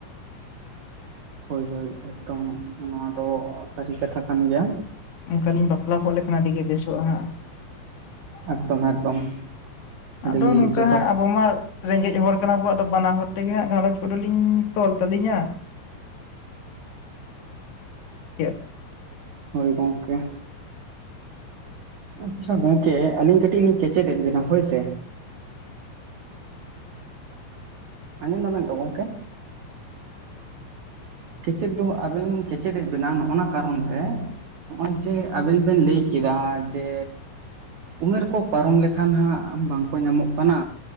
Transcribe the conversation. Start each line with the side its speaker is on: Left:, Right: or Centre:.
Right: ᱦᱳᱭ ᱦᱳᱭ ᱮᱠᱫᱚᱢ ᱱᱚᱣᱟ ᱫᱚ ᱥᱟᱹᱨᱤ ᱠᱟᱱ ᱜᱮᱭᱟ᱾
Left: ᱚᱱᱠᱟ ᱞᱤᱧ ᱵᱟᱯᱞᱟ ᱠᱚᱜ ᱞᱮᱠᱷᱟᱱ ᱟᱹᱰᱤ ᱜᱮ ᱵᱮᱥᱚᱜᱼᱟ ᱦᱟᱸᱜ,
Right: ᱮᱠᱫᱚᱢ ᱮᱠᱫᱚᱢ᱾ ᱟᱹᱰᱤ
Left: ᱟᱫᱚ ᱱᱚᱝᱠᱟ
Right: ᱡᱚᱛᱷᱟᱛ
Left: ᱦᱟᱸᱜ ᱟᱵᱚ ᱢᱟ ᱨᱮᱸᱜᱮᱡ ᱦᱚᱲ ᱠᱟᱱᱟᱵᱚ ᱟᱫᱚ ᱵᱟᱱᱟ ᱦᱚᱲ ᱛᱮᱜᱮ ᱦᱟᱜ ᱜᱷᱟᱹᱨᱚᱧᱡᱽ ᱠᱚ ᱞᱤᱧ ᱛᱚᱞ ᱛᱟᱹᱞᱤᱧᱟ ᱾ <unintelligible>
Right: ᱦᱚᱭ ᱜᱚᱢᱠᱮ, ᱟᱪᱪᱷᱟ ᱜᱚᱝᱠᱮ ᱟᱹᱞᱤᱧ ᱠᱟᱹᱴᱤᱡ ᱞᱤᱧ ᱠᱮᱪᱮᱫᱮᱫ ᱵᱮᱱᱟ ᱦᱳᱭ ᱥᱮ? ᱟᱸᱡᱚᱢᱫᱟ ᱵᱮᱱ ᱛᱚ ᱜᱚᱢᱠᱮ? ᱠᱮᱪᱮᱫ ᱫᱚ ᱟᱹᱵᱤᱱ ᱠᱮᱪᱮᱫ ᱮ ᱵᱮᱱᱟᱣ ᱱᱚᱜᱼᱱᱟ ᱠᱟᱨᱚᱱ ᱛᱮ ᱱᱚᱜᱼᱚᱭ ᱡᱮ ᱟᱵᱮᱱ ᱵᱮᱱ ᱞᱟᱹᱭ ᱠᱮᱫᱟ ᱡᱮ ᱩᱢᱮᱨ ᱠᱚ ᱯᱟᱨᱚᱢ ᱞᱮᱠᱷᱟᱱ ᱦᱟᱸᱜ ᱵᱟᱝᱠᱚ ᱧᱟᱢᱚᱜ ᱠᱟᱱᱟ